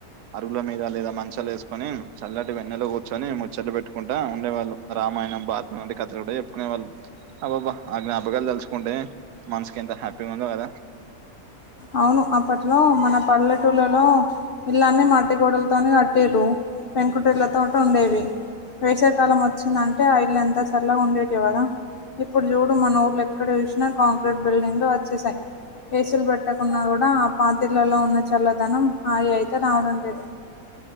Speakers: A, on the right; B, on the left.
A: అరుగుల మీద లేదా మంచాలు వేసు ని చల్లటి వెన్నెలో కూర్చొని ముచ్చట్లు పెట్టుకుంటా ఉండేవాళ్ళు రామాయణం బాతం వంటి కథలు కూడా చెప్పుకునేవాళ్ళు అబ్బాబ్బా ఆ జ్ఞాపకాలు తలుచుకుంటే మనసుకి ఎంత హ్యాపీగా ఉందో కదా
B: అవును అప్పట్లో మన పల్లెటూళ్లలో ఇల్లన్ని మట్టిగోడలతోనే కట్టిరు పెంకుటేలతోటి ఉండేవి వేసాకాలం వచ్చిందంటే ఆ ఇల్లు ఎంత చల్లగా ఉండేట్ విదా ఇప్పుడు చూడు మన ఊర్లు ఎక్కడ చూసినా కాంక్రీట్ బిల్డింగ్లు వచ్చేసాయి కేసులు పెట్టకున్నా కూడా ఆ పాతిళ్లలో ఉన్న చల్లదనం ఆగి అయితే రావడం లేదు